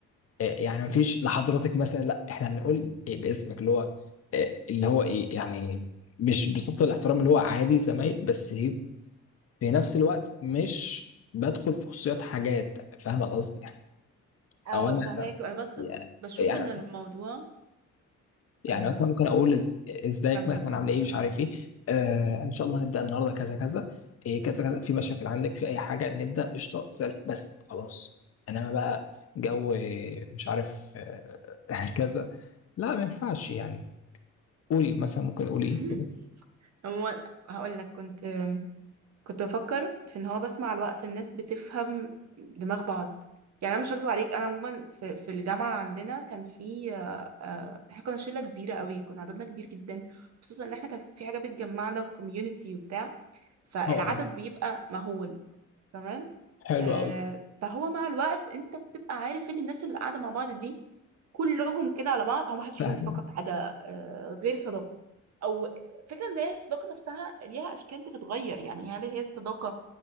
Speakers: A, on the left; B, on the right.
A: آه، يعني مفيش لحضرتك مثلا لا احنا هنقول إيه باسمك اللي هو آه، اللي هو ايه يعني مش بصفة الاحترام اللي هو عادي زمايل بس إيه، في نفس الوقت مش بدخل في خصوصيات حاجات فاهم القصد يعني
B: اه
A: او انا
B: فهماك أنا بس
A: يعني
B: بشوف
A: يعني
B: إن الموضوع
A: يعني
B: آه
A: مثلا ممكن
B: بشوف
A: اقول
B: إن
A: إز- ازيك
B: كمل
A: مثلا
B: كمل
A: عامل ايه مش عارف ايه آه ان شاء الله هنبدا النهارده كذا كذا إيه كذا كذا في مشاكل عندك في اي حاجه نبدا قشطه تسال بس خلاص انما بقى جو آه، مش عارف آه <laughs> كذا لا ما ينفعش يعني قولي مثلا ممكن قولي
B: <laughs>
A: ايه قولي.
B: هو هقول لك كنت كنت بفكر في ان هو بس مع الوقت الناس بتفهم دماغ بعض يعني انا مش هكذب عليك انا عموما في, في الجامعه عندنا كان في آه، آه، احنا كنا شله كبيره قوي كنا عددنا كبير جدا خصوصا ان احنا كان في حاجه بتجمعنا وكوميونتي وبتاع فالعدد
A: اه اه
B: بيبقى مهول تمام
A: حلو
B: آه،
A: قوي
B: فهو مع الوقت انت بتبقى عارف ان الناس اللي قاعده مع بعض دي كلهم كده على بعض او ما حدش
A: فاهم
B: فيهم بيفكر في حاجه آه، غير صداقه او فكره ان هي الصداقه نفسها ليها اشكال بتتغير يعني هل هي الصداقه